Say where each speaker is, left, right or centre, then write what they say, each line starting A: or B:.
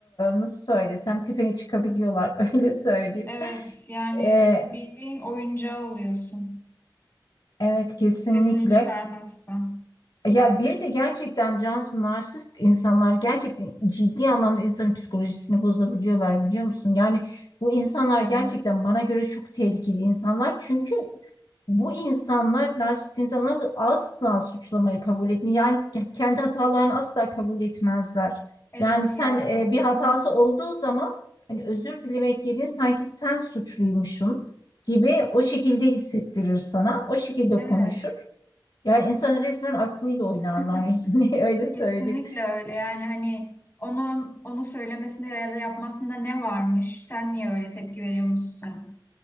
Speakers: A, on the left; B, on the left.
A: nasıl söylesem tepene çıkabiliyorlar <laughs> öyle söyleyeyim.
B: Evet, yani
A: E,
B: bildiğin oyuncağı oluyorsun.
A: evet kesinlikle.
B: Sesini çıkarmazsan.
A: E, Ya bir de gerçekten Cansu narsist insanlar gerçekten ciddi anlamda insanın psikolojisini bozabiliyorlar biliyor musun? Yani bu insanlar
B: Evet.
A: gerçekten bana göre çok tehlikeli insanlar. Çünkü bu insanlar narsist insanlar asla suçlamayı kabul etmiyor. Yani ke- kendi hatalarını asla kabul etmezler.
B: Evet
A: Yani sen
B: ya
A: e,
B: o
A: bir
B: konu
A: hatası olduğu zaman hani özür dilemek yerine sanki sen suçluymuşsun gibi o şekilde hissettirir sana. O şekilde
B: evet.
A: konuşur. Yani insanın resmen aklıyla oynarlar
B: <laughs>
A: <laughs> yani öyle söyleyeyim.
B: Kesinlikle öyle. Yani hani onun onu söylemesinde ya da yapmasında ne varmış? Sen niye öyle tepki veriyormuşsun?